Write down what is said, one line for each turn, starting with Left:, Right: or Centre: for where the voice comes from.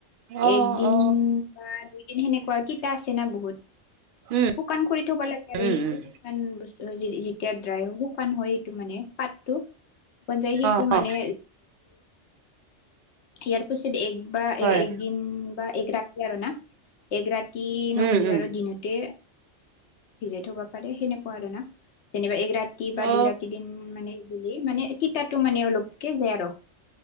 Right: অ
Left: একদিন
Right: অ
Left: বা দুইদিন সেনেকুৱা তিতা আছে না বহুত
Right: উম
Left: শুকান খৰি থব লাগে আৰু
Right: উম
Left: সেইটো
Right: উম
Left: শুকান বস্তু যেতিয়া ড্ৰাই শুকান হয় সেইটো মানে পাতটো মন যায় সেইটো
Right: অ
Left: মানে
Right: অ
Left: ইয়াৰ পিছত এক বা
Right: হয়
Left: একদিন বা এক ৰাতি আৰু না এক ৰাতি নহলে
Right: উম উম
Left: আৰু দিনতে ভিজাই থব পাৰে সেনেকুৱা আৰু না যেনিবা এক ৰা ৰাতি বা
Right: অ
Left: দুই ৰাতি দিন মানে দিলে মানে তিতাটো মানে অলপকে যায় আৰু